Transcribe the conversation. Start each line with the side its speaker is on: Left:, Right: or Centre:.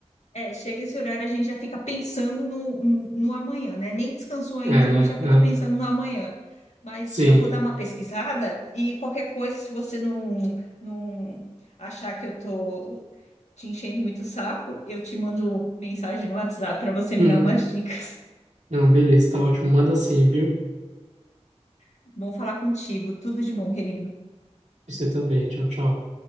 Left: É, chega esse horário, a gente já fica pensando no, no amanhã, né? Nem descansou ainda,
Right: É,
Left: a
Right: né?
Left: gente já fica
Right: Aham.
Left: pensando no amanhã. Mas
Right: Sim.
Left: eu vou dar uma pesquisada e qualquer coisa, se você não, não achar que eu tô te enchendo muito o saco, eu te mando mensagem no WhatsApp para você me
Right: Uhum.
Left: dar umas dicas.
Right: Não, beleza, tá ótimo. Manda sim, viu?
Left: <laughs> Bom falar contigo. Tudo de bom, querido.
Right: Você também. Tchau, tchau.